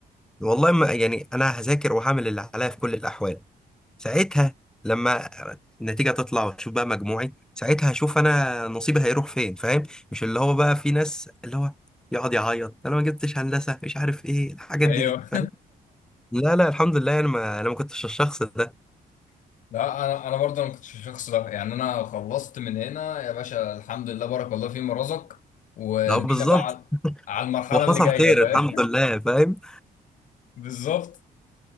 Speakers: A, in the centre; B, on the left.
A: والله ما يعني انا هذاكر وهعمل اللي عليا في كل الاحوال ساعتها لما النتيجه تطلع وتشوف بقى مجموعي ساعتها هشوف انا نصيبي هيروح فين فاهم مش اللي هو بقى في ناس اللي هو يقعد يعيط انا ما جبتش هندسه مش عارف ايه الحاجات
B: ايوه
A: دي فاهم لا لا الحمد لله انا ما انا ما كنتش الشخص ده
B: <laughs> لا انا انا برضه ما كنتش الشخص ده يعني انا خلصت من هنا يا باشا الحمد لله بارك الله فيما رزق وبينا
A: لا بالظبط
B: بقى على على المرحله
A: وحصل
B: اللي جايه
A: خير
B: فاهم
A: الحمد لله فاهم
B: <laughs> بالظبط